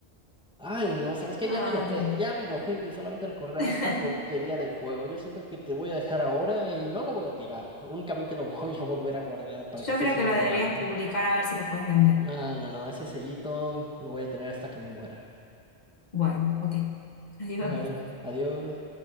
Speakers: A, in the centre; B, on the left.
A: Ay, no, ¿sabes qué?
B: Ah,
A: Ya me enojé,
B: no.
A: ya me enojé de solamente recordar
B: <laughs>
A: esta porquería de juego. Yo siento que te voy a dejar ahora y no lo voy a tirar, únicamente lo <laughs> voy a volver a guardar para que
B: Yo
A: se
B: creo
A: siga
B: que lo
A: empolvando.
B: deberías publicar a ver si lo puedes vender.
A: No, no, no, ese sellito lo voy a tener hasta que me muera.
B: Bueno, ok. Adiós.
A: Bueno, adiós.